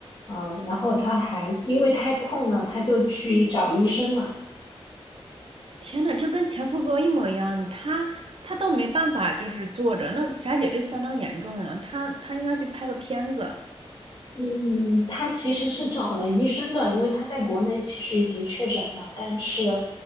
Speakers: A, on the left (about 45°); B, on the right (about 60°).
A: 啊、呃然后他还因为太痛了，他就去找医生嘛。
B: 天呐，这跟前夫哥一模一样，她她都没办法，就是坐着。那霞姐这相当严重了，她她应该去拍个片子。
A: 嗯，他其实是找了医生的，因为他在国内其实已经确诊了，但是